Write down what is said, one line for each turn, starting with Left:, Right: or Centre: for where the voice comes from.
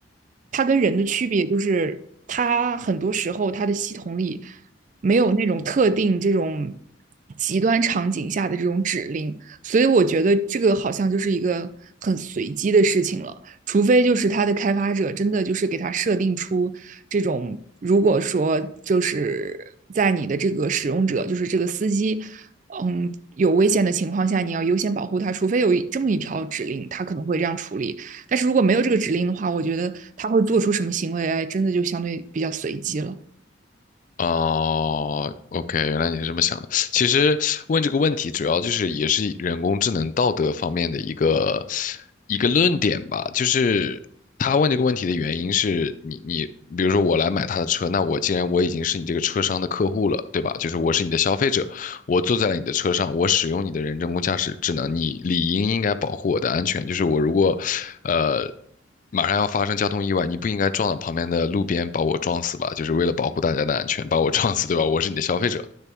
Right: 它跟人的区别就是它很多时候它的系统里没有那种特定这种极端场景下的这种指令，所以我觉得这个好像就是一个很随机的事情了。除非就是它的开发者真的就是给它设定出这种，如果说就是在你的这个使用者，就是这个司机，嗯，有危险的情况下，你要优先保护他，除非有这么一条指令，它可能会这样处理。但是如果没有这个指令的话，我觉得他会做出什么行为，哎，真的就相对比较随机了。
Left: 哦，OK，原来你是这么想的。其实问这个问题，主要就是也是人工智能道德方面的一个一个论点吧。就是他问这个问题的原因是你你，比如说我来买他的车，那我既然我已经是你这个车商的客户了，对吧？就是我是你的消费者，我坐在了你的车上，我使用你的人工驾驶智能，你理应应该保护我的安全。就是我如果呃。马上要发生交通意外，你不应该撞到旁边的路边把我撞死吧？就是为了保护大家的安全，把我撞死，对吧？我是你的消费者。